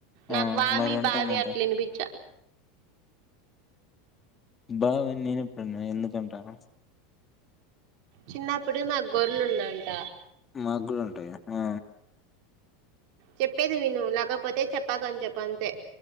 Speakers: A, on the right (about 60°); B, on the left (about 25°).
A: నాక్
B: ఆ!
A: వామి
B: మరి అంటే
A: బావి
B: ఏందంట?
A: అట్ల వినిపించ
B: బావ నీనప్పుడన్న ఎందుకంటాను
A: చిన్నప్పుడు మాక్ గోర్లు ఉన్నాఅంట
B: మాగూడుంటాయి ఆ
A: చెప్పేది విను లకపోతే చెప్పాకని చెప్పఅంతే